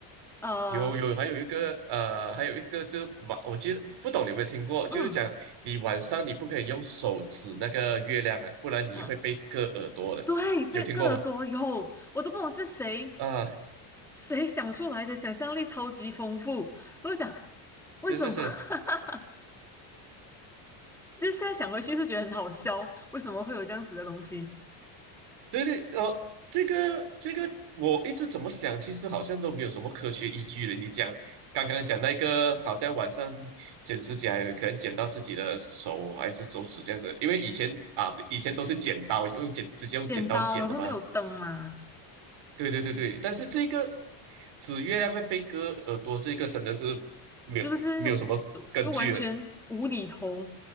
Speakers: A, in the centre; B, on the right.
A: 呃，
B: 有有还有一个呃，还有一个就是晚，我记得不懂你有没有听过，
A: 嗯
B: 就是讲你晚上你不可以用手指那个月亮的，不然你会被割耳朵的，
A: 嗯，对，被克耳朵有，
B: 有听过吗？
A: 我都不懂是谁。
B: 啊，
A: 谁想出来的？想象力超级丰富。我就想，
B: 是是是，
A: 为什么？<laughs> 其实现在想回去是觉得很好笑，为什么会有这样子的东西？
B: 对对，哦，这个这个，我一直怎么想，其实好像都没有什么科学依据的。你讲刚刚讲那个，好像晚上剪指甲，有可能剪到自己的手还是手指这样子，因为以前啊，以前都是剪刀，用剪直接用剪刀剪的嘛。
A: 剪刀，然后没有灯嘛，
B: 对对对对，但是这个指月亮会被割耳朵，这个真的是没有没有什么根据了。
A: 是不是就就完全无厘头？